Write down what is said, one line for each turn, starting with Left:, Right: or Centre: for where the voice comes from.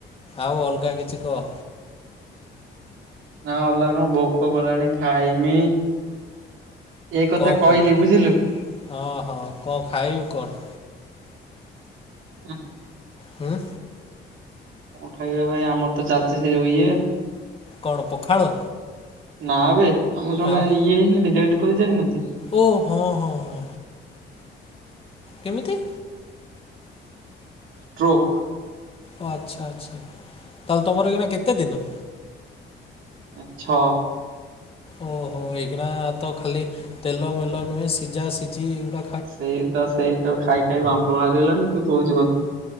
Left: ଆଉ ଅଲଗା କିଛି କହ।
Right: ନା, ଅଲଗା କଣ ଭୋକ କଲାଣି ଖାଇମି। ଏ କଥା
Left: କଣ ଖାଇବୁ,
Right: କହିଲି ବୁଝିଲୁ।
Left: ହଁ, ହଁ, କଣ ଖାଇଲୁ, କଣ?
Right: <unintelligible>
Left: ହୁଁ
Right: କଣ ଖାଇବା ଭାଇ ଆମର ତ ଚାଲଚି ସେ ଯୋଉ ଇଏ
Left: କଣ ପଖାଳ?
Right: ନାଁ ବେ। ଆମର ଜଣେ
Left: ଆଉ
Right: ଇଏ ହେଇଥିଲେ ନାଇଁ ଡେଟ କରି ଯାଇନୁ।
Left: ଓ, ହଁ, ହଁ, ହଁ। କେମିତି?
Right: ଷ୍ଟ୍ରୋକ
Left: ଓ ଆଚ୍ଛା, ଆଛା। ତାହେଲେ, ତମର ଏଇନା କେତେ ଦିନ?
Right: ଆଛ
Left: ଓହୋ, ଏଗଡା ଆ, ତ ଖାଲି ତେଲ, ମେଲ ନୁହେଁ ସିଝା, ସିଝି ଏ
Right: ସେଇ ତ, ସେଇ ତ ଖାଇ <unintelligible> ବାମ୍ପ ବାହାରିଗଲାଣି, ତୁ କହୁଛୁ କଥା।